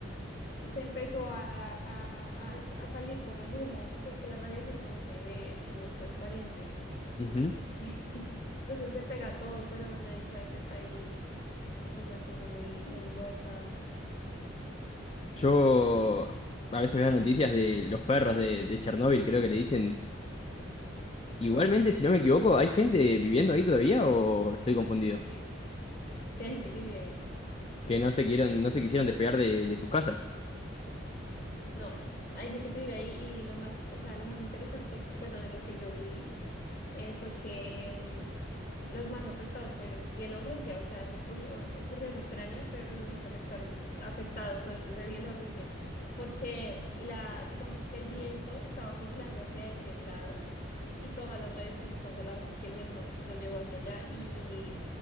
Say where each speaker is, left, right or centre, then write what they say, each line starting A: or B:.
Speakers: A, on the left (about 45°); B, on the left (about 30°).
A: se empezó a, a, a a salir como el humo, o sea, es que la radiación no se ve, es como transparente.
B: Ujú.
A: <laughs> Entonces se pega todo, pero nadie sabe que está ahí Es como una cosa muy, muy loca.
B: Yo
A: Sí,
B: a veces veo noticias de los perros de, de Chernóbil, creo que le dicen.
A: ajá.
B: Igualmente, si no me equivoco, ¿hay gente viviendo ahí todavía o estoy confundido?
A: Sí. Sí, hay gente que vive ahí.
B: Que no se quieron, no se quisieron despegar de, de sus casas.
A: No, hay gente que vive ahí y lo más, o sea, lo más interesante, bueno, de lo que yo vi eh, fue que mm, los más afectados fue Bielorrusia, o sea, eso ocurrió, ocurrió en Ucrania, pero los más afectados, afectados fueron los de Bielorrusia, porque la, digamos que el viento estaba soplando hacia ese lado y toda la radiación se fue hacia ese lado porque el viento los llevó hacia allá y